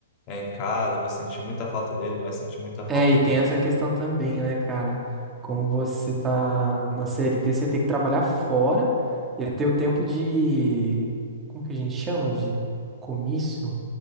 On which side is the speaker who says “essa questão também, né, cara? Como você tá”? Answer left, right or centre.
Right